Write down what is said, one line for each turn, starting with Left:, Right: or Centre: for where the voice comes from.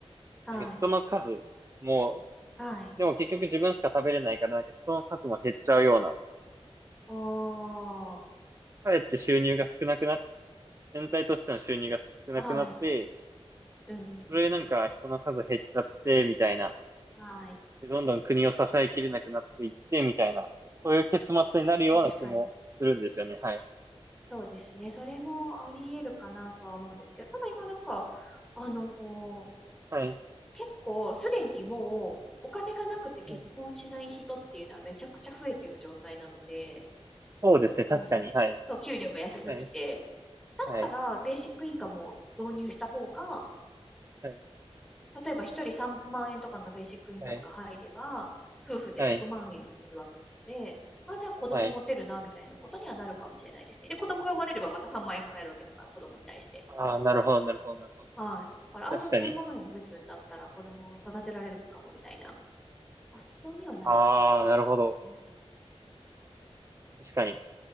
Centre: はい。
Right: なんか人の数も、
Centre: はい。
Right: でも結局自分しか食べれないからなんか人の数も減っちゃうような、
Centre: おー。
Right: かえって収入が少なくなって全体としての収入が少なくなって、
Centre: はい。うん。
Right: それなんか人の数減っちゃって、みたいな。
Centre: はい。
Right: でどんどん国を支えきれなくなっていって、みたいな。そういう結末になるような気もするんですよね。
Centre: 確かに。
Right: はい。
Centre: そうですね。それもあり得るかなとは思うんですけど、ただ今なんか、あのー
Right: はい。
Centre: 結構すでにもうお金がなくて結婚しない人っていうのはめちゃくちゃ増えてる状態なので、
Right: うんそうですね。確かに。
Centre: もうすでに。
Right: はい。
Centre: そう、給料が安すぎて。
Right: はい。
Centre: だったら、
Right: はい。
Centre: ベーシックインカムを導入した方が、
Right: はい。
Centre: 例えば一人3万円とかのベーシックインカムが入れば、
Right: はい。
Centre: 夫婦で6万円増えるわけなので、
Right: はい。
Centre: あ、じゃあ子供持てるな、
Right: はい。
Centre: みたいなことにはなるかもしれないですね。で、子供が生まれればまた3万円もらえるわけだから、子供に対して。
Right: ああ、なるほど、なるほど、なるほど。
Centre: はい。だから、あ、
Right: 確かに。
Centre: じゃあ9万円増えるんだったら子供を育てられるかも、みたいな発想にはなるかもしれないですね。
Right: ああ、なるほど。確かに。